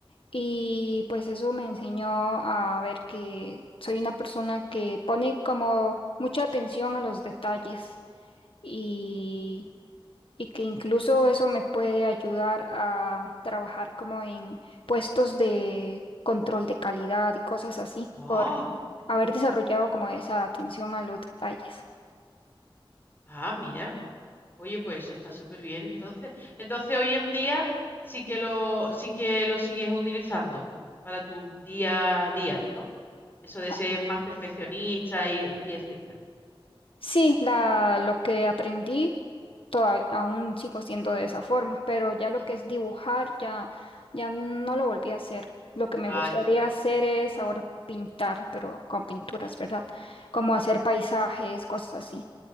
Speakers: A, on the left; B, on the left.
A: y pues eso me enseñó a ver que soy una persona que pone como mucha atención a los detalles y y que incluso eso me puede ayudar a trabajar como en puestos de control de calidad y cosas así,
B: Ah,
A: por haber desarrollado como esa atención a los detalles.
B: ah, mira. Oye, pues eso está súper bien entonces. Entonces hoy en día sí que lo, sí que lo sigues utilizando para tu día a día, ¿no? Eso de
A: Ah,
B: ser más perfeccionista y, y etcétera.
A: Sí, la, lo que aprendí todavía, aún sigo siendo de esa forma, pero ya lo
B: Mm.
A: que es dibujar ya, ya no lo volví a hacer. Lo que me
B: Ah,
A: gustaría hacer es ahora pintar, pero con pinturas, ¿verdad? Como hacer paisajes, cosas así.